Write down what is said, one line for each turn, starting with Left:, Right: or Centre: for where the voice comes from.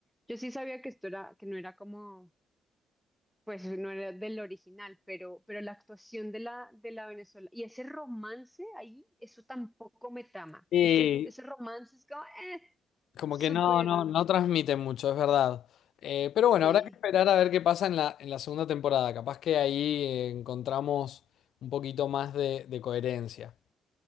Centre: yo sí sabía que esto era, que no era como, pues no era del original, pero, pero la actuación de la, de la Venezuela y ese romance ahí, eso tampoco me trama.
Left: Y
Centre: Ese, ese romance es como, eh,
Left: como
Centre: súper,
Left: que no, no, no transmite mucho, es verdad. Eh, pero bueno,
Centre: sí.
Left: habrá que esperar a ver qué pasa en la, en la segunda temporada. Capaz que ahí eh, encontramos un poquito más de de coherencia.